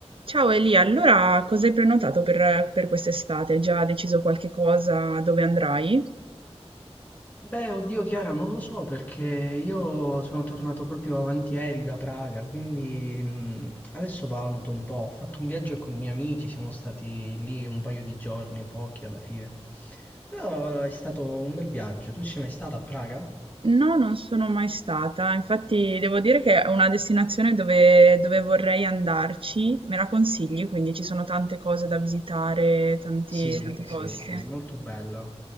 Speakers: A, on the right; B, on the left.
A: Ciao Elia, allora cosa hai prenotato per, per quest'estate? Hai già deciso qualche cosa dove andrai?
B: Beh, oddio Chiara, non lo so perché io sono tornato proprio avanti ieri da Praga, quindi mh, adesso valuto un po'. Ho fatto un viaggio con i miei amici, siamo stati lì un paio di giorni, pochi alla fine. Però è stato un bel viaggio. Tu ci sei mai stata a Praga?
A: No, non sono mai stata, infatti devo dire che è una destinazione dove, dove vorrei andarci, me la consigli, quindi ci sono tante cose da visitare, tanti,
B: Sì,
A: tanti
B: sì,
A: posti.
B: sì, molto bella.